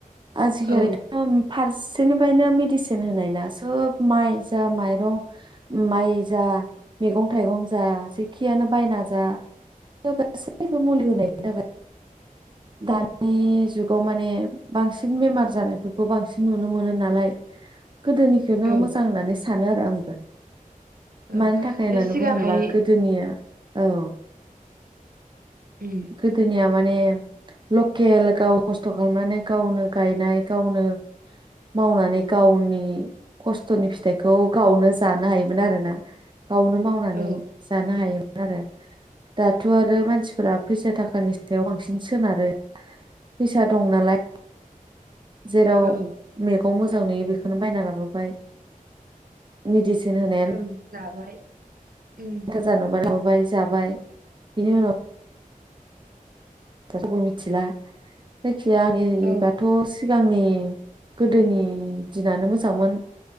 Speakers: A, on the right; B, on the right.
A: आजि
B: औ
A: खालिथ‌ फारस सेरनिफ्रायनो मेडिसिन होनायना सोब माइ जा माइरं माइ जा मैगं थाइगं जा जेखियानो बायना जा गासैबो मुलि होनायनि थाखाय दानि जुगाव माने बांसिन बेमार जानायफोरखौ बांसिन नुनो मोनो नालाय। गोदोनिखोनो
B: औ
A: मोजां होननानै सानो रा‌ंबो
B: औ
A: मानि थाखाय
B: माने
A: होननानै
B: सिगांहाय
A: बुङोब्ला गोदोनिया औ
B: उम
A: गोदोनिया माने माने लकेल गाव खस्थ खालामनानै गावनो गायनाय गावनो मावनानै गावनि खस्थनि फिथाइखौ गावनो जानो हायोमोन आरोना। गावनो मावनानै
B: औ
A: जानो हायोमोन । आरो दाथ आरो मानसिफोरा फैसा थाखानि सायाव बांसिन सोनारो फैसा दं नालाय जेराव
B: औ
A: मैगं मोजां नुयो बेखौनो बायना लाबोबाय मिदिसिन न होनायानो
B: ओं जाबाय उम
A: <unintelligible> नुबानो खांबाय जाबाय बिनि उनाव <unintelligible> मिथिला जायखिाया आंनिबाथ
B: औ
A: सिगांनि गोदोनि दिनानो मोजांमोन।